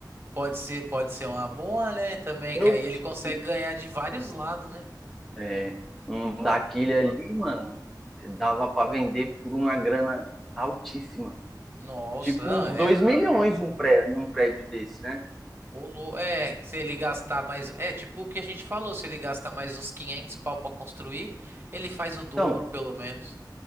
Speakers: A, on the right; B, in the centre.
A: Pode ser, pode ser uma boa, né? Também,
B: Eu
A: que aí ele
B: tipo,
A: consegue ganhar de vários lados, né?
B: É, um
A: O
B: daquele
A: a-
B: ali, mano, dava pra vender por uma grana altíssima.
A: Nossa,
B: Tipo
A: não,
B: uns
A: é.
B: 2 milhões um prédio, um prédio desse, né?
A: O lou- É, se ele gastar mais. É, tipo o que a gente falou, se ele gastar mais uns 500 pau pra construir, ele faz o dobro,
B: Então,
A: pelo menos.